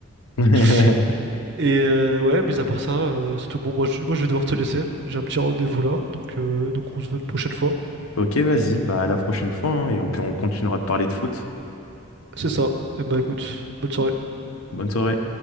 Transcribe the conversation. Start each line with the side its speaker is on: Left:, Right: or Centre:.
Left: <laughs>
Right: <laughs> Et euh, ouais, mais à part ça, euh, c'est tout bon. Moi je, moi, je vais devoir te laisser. J'ai un petit rendez-vous là, donc, euh, donc on se voit une prochaine fois.
Left: Ok, vas-y, bah à la prochaine fois, hein, et on, peut- on continuera de parler de foot.
Right: C'est ça. Et bah écoute, bonne soirée.
Left: Bonne soirée.